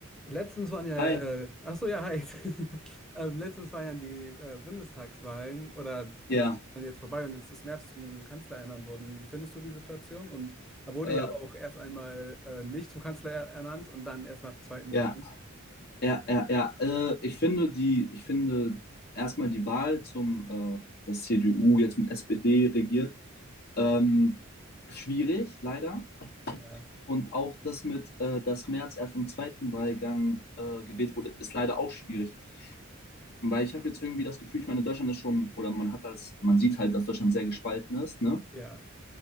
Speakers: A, in the centre; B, on the left.
A: Letztens waren ja,
B: Hi,
A: äh, ach so, ja, hi. <laughs> Ähm, letztens waren ja die äh, Bundestagswahlen oder
B: ja,
A: die waren jetzt vorbei und jetzt ist Merz zum Kanzler ernannt worden. Wie findest du die Situation? Und er wurde
B: äh,
A: ja auch erst einmal äh, nicht zum Kanzler ernannt und dann erst nach zweiten
B: ja,
A: Wahlen.
B: ja, ja, ja. Äh, ich finde die, ich finde erstmal die Wahl zum, äh, dass CDU jetzt mit SPD regiert, ähm, schwierig, leider.
A: Ja,
B: Und auch das mit, äh, dass Merz erst im zweiten Wahlgang äh, gewählt wurde, ist leider auch schwierig. Weil ich habe jetzt irgendwie das Gefühl, ich meine, Deutschland ist schon, oder man hat das, man sieht halt, dass Deutschland sehr gespalten ist, ne?
A: ja,